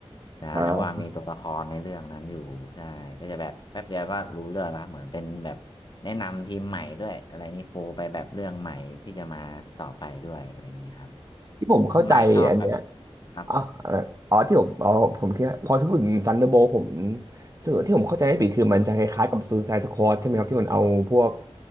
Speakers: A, on the left; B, on the right.
A: ใช่เพราะว่ามีตัวละครในเรื่องนั้นอยู่ใช่ก็จะแบบแป๊บเดียวก็รู้เรื่องแล้วครับเหมือนเป็นแบบแนะนำทีมใหม่ด้วยอะไรอย่างนี้ปูไปแบบเรื่องใหม่ที่จะมาต่อไปด้วยอะไรอย่างนี้ครับ
B: อ่าที่ผมเข้าใจอันเนี้ย
A: คุณไม้ชอบแบบครับผม
B: อ๋อเอ่ออ๋อที่ผมอ๋อผมคิดว่าพอที่พูดถึงทันเดอร์โบลผมสวนที่ผมเข้าใจไม่ผิดคือมันจะคล้ายๆกับซูไซด์สควอดใช่ไหมครับที่มันเอาพวก